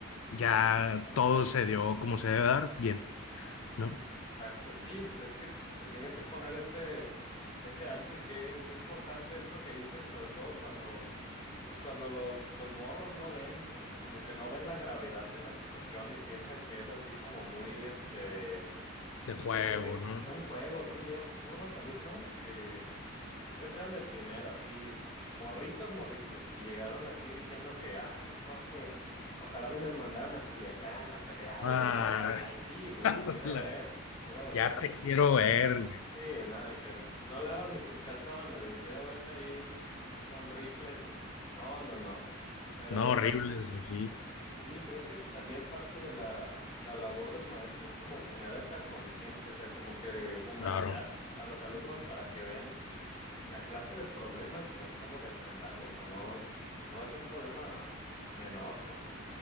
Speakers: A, on the left; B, on the left.
A: ya todo se dio como se debe dar, bien, ¿no?
B: Exacto, sí, pues es que te tiene que poner ese, ese alto y qué, qué importante esto que dices, sobre todo cuando, pues cuando los, los morros no ven, o sea, como que no ven la gravedad de la situación y piensan que es así como muy, este,
A: De juego,
B: piensan que es
A: ¿no?
B: un juego, sí, yo tuve unos alumnos que ellos eran de primero, así, morritos, morritos, y llegaron así diciendo que, ay, profe, ojalá a mí me mandaran a Culiacán a pelear.
A: Ah,
B: Entonces dije, ay, sí, güey,
A: <laughs>
B: quiero ver, quiero ver,
A: ya
B: sí.
A: te quiero ver, güey.
B: Sí, nada, que no lavas ni tus calzones, güey, quiero verte ahí con rifles. No, no, no. Pero
A: No, horribles, así.
B: sí, creo que también parte de la, la labor del maestro es como generar esta conciencia, o sea, como que humanizar
A: claro
B: a los alumnos para que vean la clase de problema al que nos estamos enfrentando, que no, no es un problema menor, ¿no?